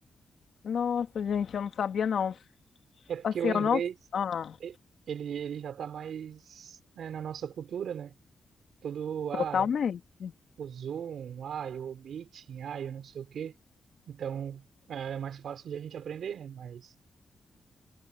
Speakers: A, on the left; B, on the right.
A: nossa, gente, eu não sabia não.
B: É porque
A: Assim,
B: o
A: eu
B: inglês
A: não. Ah,
B: e- ele, ele já está mais né, na nossa cultura, né? Tudo,
A: totalmente.
B: ah, o Zoom, ah, o Meeting, ah, eu não sei o quê. Então, é é mais fácil de a gente aprender, né? Mas,